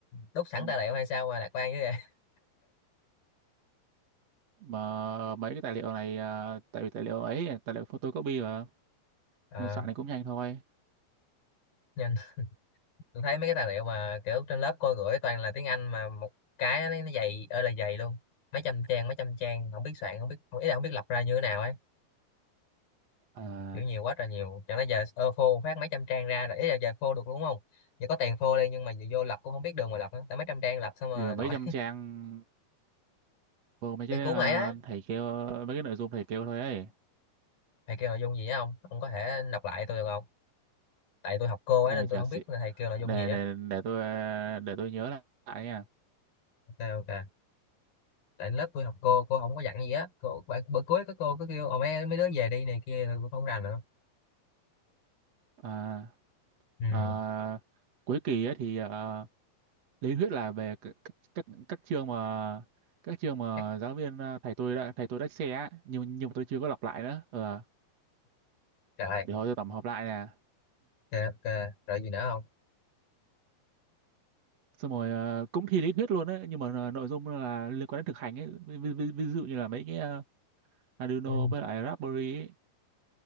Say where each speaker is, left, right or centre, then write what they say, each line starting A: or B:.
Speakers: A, on the left (about 60°); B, on the right (about 45°).
A: đúc sẵn
B: Ừ.
A: tài liệu hay sao mà lạc quan như vậy? <laughs>
B: Mà mấy cái tài liệu này ờ, tại vì tài liệu ấy, tài liệu photocopy mà
A: Ờ,
B: nên soạn này cũng nhanh thôi.
A: nhưng tôi thấy mấy cái tài liệu mà kiểu trên lớp cô gửi toàn là tiếng Anh mà một cái nó nó dày ơi là dày luôn mấy trăm trang mấy trăm trang không biết soạn không biết không ý là không biết lọc ra như thế nào ấy
B: À,
A: kiểu nhiều quá trời nhiều chẳng lẽ giờ ơ phô phát mấy trăm trang ra rồi ý là giờ phô được đúng không giờ có tiền phô đi nhưng mà giờ vô lọc cũng không biết đường mà lọc nữa tại mấy trăm trang lọc xong mà
B: gì mà
A: nổi
B: mấy trăm trang
A: <laughs>
B: vô mấy
A: cái
B: cái
A: cuốn
B: ờ,
A: này đó
B: thầy kêu mấy cái nội dung thầy kêu thôi ấy.
A: thầy kêu nội dung gì á không ông có thể đọc lại tôi được không tại tôi học cô
B: Đây
A: ấy nên
B: chả
A: tôi không
B: xị.
A: biết là thầy kêu nội dung
B: Để
A: gì á
B: để để tôi ờ, để tôi nhớ lại nha.
A: ok ok tại lớp tôi học cô cô không có dặn gì á cô bữa, bữa cuối có cô cứ kêu ồ mấy mấy đứa về đi này kia tôi không rành nữa
B: À
A: Ừ.
B: Ờ, cuối kỳ ấy thì ờ, lý thuyết là về c- các các các chương mà các chương mà
A: Cái-
B: giáo viên ờ, thầy tôi đã thầy tôi đã share á, nhưng nhưng mà tôi chưa có đọc lại nữa Ờ,
A: trời
B: để hồi tôi tổng hợp lại nè
A: Dạ, ok rồi gì nữa không
B: xong rồi ờ, cũng thi lý thuyết luôn á nhưng mà ờ, nội dung là liên quan đến thực hành ấy ví, ví, ví, ví dụ như là mấy cái ờ, Arduino
A: Ừ.
B: với lại Raspberry ấy.